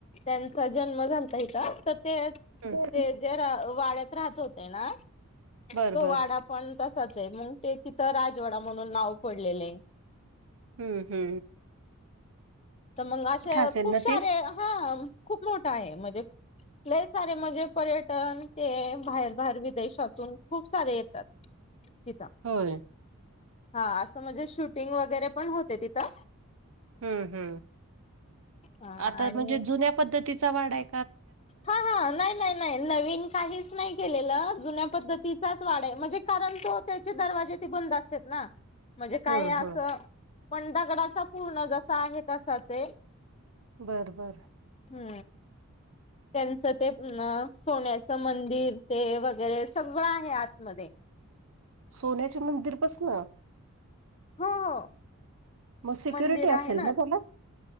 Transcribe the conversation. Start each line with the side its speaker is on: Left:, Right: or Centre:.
Left: त्यांचा जन्म झालता इथ तर ते ते
Right: हं.
Left: जे वाड्यात राहत होते ना
Right: बरं,
Left: तो
Right: बरं.
Left: वाडा पण तसाच आहे मग ते तिथं राजवाडा म्हणून नाव पडलेलंये
Right: हू हू
Left: तर मग अशे
Right: असेल
Left: खूप
Right: ना
Left: सारे
Right: ते?
Left: हा खूप मोठा आहे म्हणजे हे सारे म्हणजे पर्यटन ते बाहेर बाहेर विदेशातून खूप सारे येतात तिथं
Right: होय
Left: हा असं म्हणजे शूटिंग वगैरे पण होते तिथं
Right: हू हू
Left: हा
Right: आता
Left: आणि
Right: म्हणजे जुन्या पद्धतीचा वाडा हाय
Left: हा हा नाही नाही नाही नवीन काहीच नाही केलेलं जुन्या पद्धतीचाच वाडा आहे म्हणजे कारण तो त्याचे दरवाजे ते बंद असत त्यात ना म्हणजे
Right: हम्म
Left: काय असं
Right: हम्म
Left: पण दगडाचा पूर्ण जसा आहे तसाच ये
Right: बरं बरं
Left: हू त्यांचं ते सोन्याचं मंदिर ते वगैरे सगळं आहे आतमध्ये
Right: सोन्याचे मंदिर पासन
Left: हो -हो.
Right: म सिक्युरिटी
Left: मंदिर
Right: असेलं
Left: आहे
Right: ना त्याला?